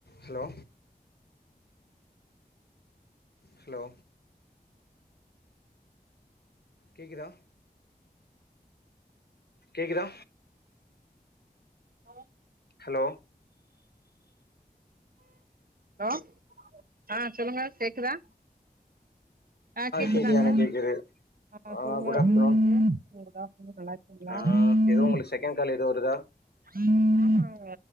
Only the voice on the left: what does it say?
Hello hello கேக்குதா கேக்குதா
hello
கேக்குது எனக்கு கேக்குது
ஆ
குட்
ஆஃப்டர்நூன்
ஆ
ஏதோ உங்களுக்கு செகண்ட் கால் ஏதோ வருதா